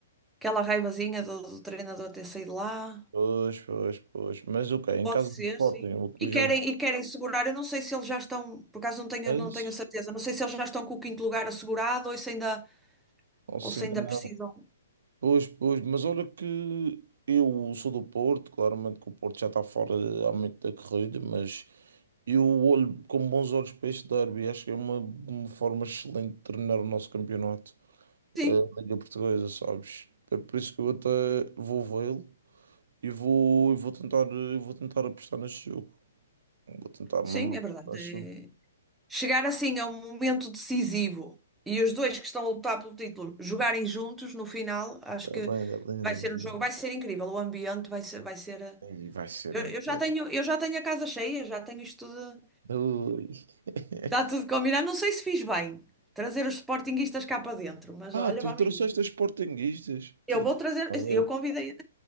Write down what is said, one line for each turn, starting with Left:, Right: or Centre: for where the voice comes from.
Centre: aquela raivazinha do, do treinador ter saído lá.
Right: Pois, pois, pois. Mas ok, em
Centre: Pode
Right: casa
Centre: ser,
Right: do Sporting,
Centre: sim.
Right: o último
Centre: E
Right: jogo,
Centre: querem, e querem segurar, eu não sei se eles já estão, por acaso não tenho,
Right: é isso?
Centre: não tenho a certeza, não sei se eles já estão com o quinto lugar assegurado ou se ainda,
Right: Não
Centre: ou
Right: se
Centre: se
Right: ainda
Centre: ainda
Right: não.
Centre: precisam.
Right: Pois, pois, mas olha que eu sou do Porto, claramente que o Porto já está fora há muito da corrida, mas eu olho com bons olhos para este derby, acho que é uma, uma forma excelente de terminar o nosso campeonato.
Centre: Sim,
Right: a Liga Portuguesa, sabes? É por isso que eu até vou vê-lo e vou, e vou tentar, eh, vou tentar apostar nesse jogo. Vou tentar
Centre: sim,
Right: mesmo apostar
Centre: é verdade.
Right: nesse jogo.
Centre: É- Chegar assim a um momento decisivo e os dois que estão a lutar pelo título jogarem juntos no final, acho
Right: É
Centre: que
Right: linda, linda,
Centre: vai ser
Right: linda.
Centre: um jogo, vai ser incrível. O ambiente vai ser, vai ser. eh,
Right: E vai ser
Centre: Eu,
Right: incrível.
Centre: eu já tenho, eu já tenho a casa cheia, já tenho isto tudo,
Right: Ui. <laughs>
Centre: está tudo combinado. Não sei se fiz bem trazer os sportinguistas cá para dentro, mas
Right: Ah,
Centre: olha,
Right: tu
Centre: vamos
Right: trouxeste
Centre: ver.
Right: as sportinguistas. Tu,
Centre: Eu vou
Right: tu
Centre: trazer,
Right: és maluco.
Centre: eu convidei.